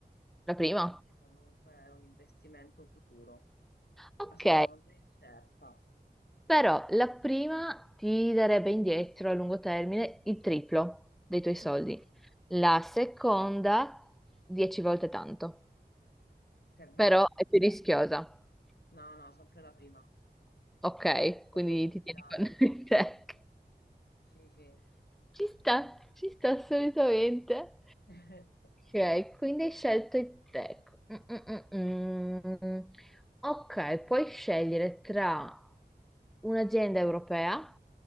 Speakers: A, on the left (about 70°); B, in the centre.
A: La
B: La
A: prima
B: prima?
A: perché comunque è un investimento futuro.
B: Ok,
A: La seconda è incerta.
B: però la prima ti darebbe indietro a lungo termine il triplo dei tuoi soldi.
A: Ah,
B: La seconda, dieci volte tanto,
A: Se va.
B: però è più rischiosa.
A: No, no, sempre la prima.
B: Ok,
A: Voglio
B: quindi
A: confidare.
B: ti tieni con <laughs> te.
A: Mm. Sì, sì.
B: Ci sta, ci sta assolutamente.
A: <laughs>
B: Ok, quindi hai scelto il tech. Mm, mm, mm, mm. Ok, puoi scegliere tra un'azienda europea